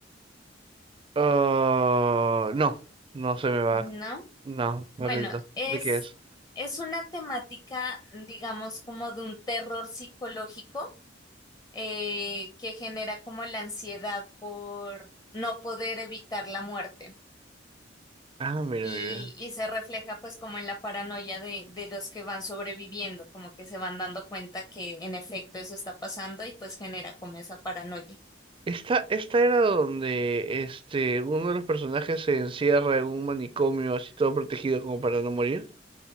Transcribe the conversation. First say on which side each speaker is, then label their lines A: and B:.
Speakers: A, on the right; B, on the left.
A: Ah, no, no se me va.
B: ¿No?
A: No, me
B: Bueno,
A: rindo.
B: es,
A: ¿De qué es?
B: es una temática, digamos, como de un terror psicológico eh, que genera como la ansiedad por no poder evitar la muerte.
A: Ah, mira,
B: y,
A: mira.
B: y se refleja pues como en la paranoia de, de los que van sobreviviendo, como que se van dando cuenta que en efecto eso está pasando y pues genera como esa paranoia.
A: Esta, esta era donde este, uno de los personajes se encierra en un manicomio así todo protegido como para no morir.